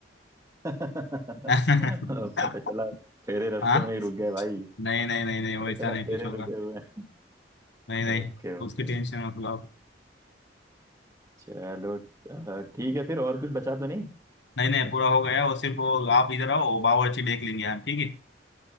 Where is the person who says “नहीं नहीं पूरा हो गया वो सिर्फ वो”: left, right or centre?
Left